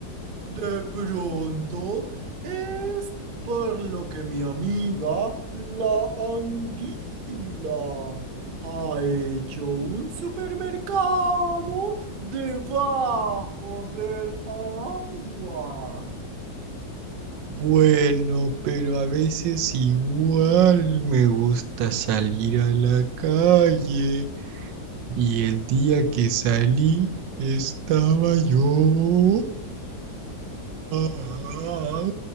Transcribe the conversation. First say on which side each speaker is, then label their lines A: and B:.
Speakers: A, on the right; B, on the right.
A: De pronto es por lo que mi amiga, la anguila, ha hecho un supermercado debajo del agua.
B: Bueno, pero a veces igual me gusta salir a la calle. Y el día que salí estaba yo oh, ah, ah,